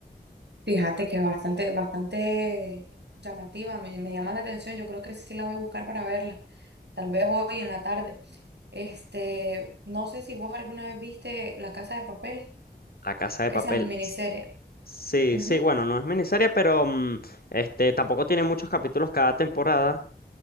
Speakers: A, on the right; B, on the left.
A: Fíjate que bastante, bastante llamativa, me, me llama la atención. Yo creo que sí la voy a buscar para verla, tal vez hoy en la tarde. Este, no sé si vos alguna vez viste La Casa de Papel,
B: La casa de
A: esa
B: papel.
A: es la miniserie.
B: Sí,
A: Ujú.
B: sí, bueno, no es miniserie, pero mm, este tampoco tiene muchos capítulos cada temporada